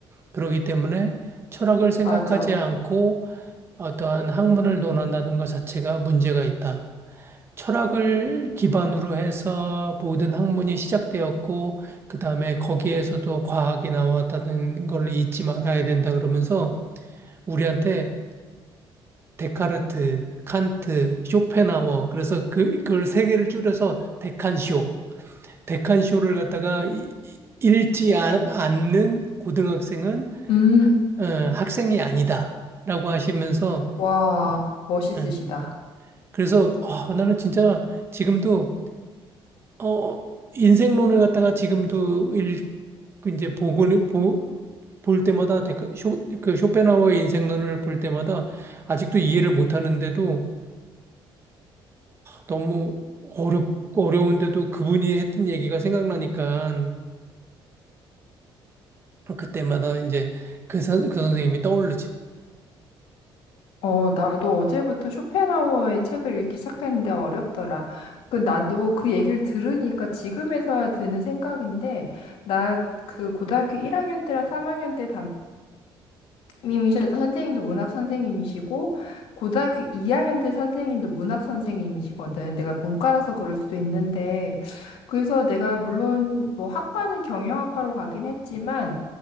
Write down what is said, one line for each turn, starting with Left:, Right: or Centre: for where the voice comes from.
Right: 그렇기 때문에 철학을 생각하지
Left: 맞아.
Right: 않고 어떠한 학문을 논한다는 것 자체가 문제가 있다. 철학을 기반으로 해서 모든 학문이 시작되었고, 그 다음에 거기에서도 과학이 나왔다는 걸 잊지 말아야 된다 그러면서 우리한테 데카르트, 칸트, 쇼펜하워, 그래서 그, 그걸 세 개를 줄여서 데칸쇼, 데칸쇼를 갖다가 이- 읽지 아- 않는 고등학생은
Left: 음,
Right: 어, 학생이 아니다라고 하시면서
Left: 와, 멋있으시다.
Right: 예. 그래서 아, 나는 진짜 지금도 어, 인생론을 갖다가 지금도 읽 그 이제 보고 보, 볼 때마다 데크- 쇼, 그 쇼펜하우어의 인생론을 볼 때마다 아직도 이해를 못 하는데도 너무 어렵 어려운데도 그분이 했던 얘기가 생각나니까 그때마다 이제 그, 선, 그 선생님이 떠오르지.
Left: 어, 나도 어제부터 쇼펜하우어의 책을 읽기 시작했는데 어렵더라. 그, 나도 그 얘기를 들으니까 지금에서야 드는 생각인데, 나 그 고등학교 1학년 때랑 3학년 때 님이셨던 선생님도 문학 선생님이시고 고등학교 2학년 때 선생님도 문학 선생님이시거든. 내가 문과라서 그럴 수도 있는데 그래서 내가 물론 뭐 학과는 경영학과로 가긴 했지만